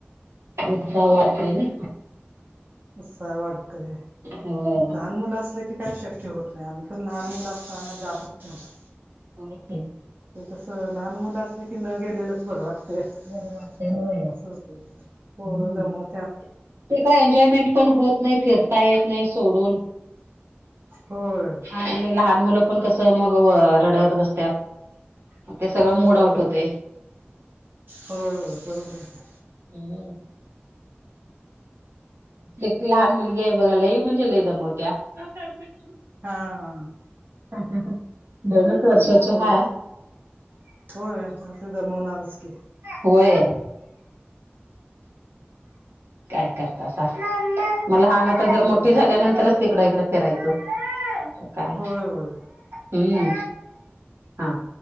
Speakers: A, on the right (about 80°); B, on the right (about 50°).
A: उत्साह वाढतोय ना.
B: उत्साह वाढतय.
A: होय
B: लहान मुलं असलं की काय शक्य होत नाही. आम पण लहान मुलं असताना जातच नव्हत.
A: होय कि.
B: ते कसं लहान मुलं असले की न गेलेलंच बर वाटत. ते
A: बरं वाटतय होय
B: अस होतय ते.
A: हम्म
B: पोर दमवत्यात.
A: ते काय एन्जॉयमेंट पण होत नाही. फिरता येत नाही सोडून.
B: होय.
A: आणि लहान मुलं पण कस मग व रडत बसत्यात. ते सगळं
B: होय
A: मूड आउट होतय.
B: होय होय बरोबर आहे.
A: हम्म एकटी लहान मुलगी आहे बघा. लई म्हणजे लई दमवत्या. <unintelligible>
B: हा हा हा
A: <unintelligible>
B: हो
A: हाय
B: होय म ते दमवणारच की.
A: वय काय करतासा मग लहान आता, जर
B: होय
A: मोठी झाल्यानंतरच तिकड इकड फिरायचं ममा काय
B: होय होय
A: तर हा